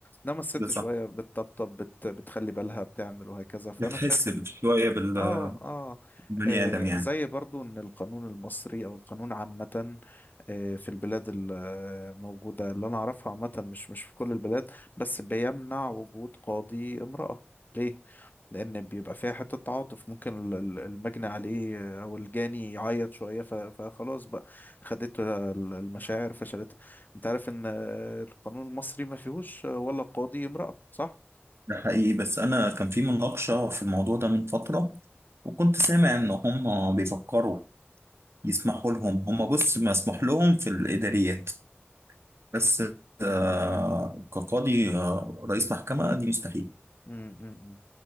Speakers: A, on the left (about 40°); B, on the right (about 70°).
A: إنما الست
B: ده صح
A: شوية بتطبطب بت بتخلي بالها بتعمل وهكذا فأنا
B: بتحس
A: شايف إن
B: شوية بالبني
A: آه, آه, آه
B: آدم يعني
A: زي برضو إن القانون المصري أو القانون عامة آه في البلاد الموجودة اللي أنا أعرفها عامة مش مش في كل البلاد بس بيمنع وجود قاضي امرأة ليه؟ لأن بيبقى فيها حتة تعاطف ممكن ال- ال- المجني عليه أو الجاني يعيط شوية ف- فخلاص بقى خدته ال- المشاعر فشلتها أنت عارف إن آه، القانون المصري ما فيهوش آه، ولا قاضي امرأة صح؟
B: ده حقيقي بس أنا كان في مناقشة في الموضوع ده من فترة وكنت سامع إن هم بيفكروا يسمحوا لهم هم بص مسموح لهم في الإداريات بس آه، كقاضي آه، رئيس محكمة دي مستحيل
A: امم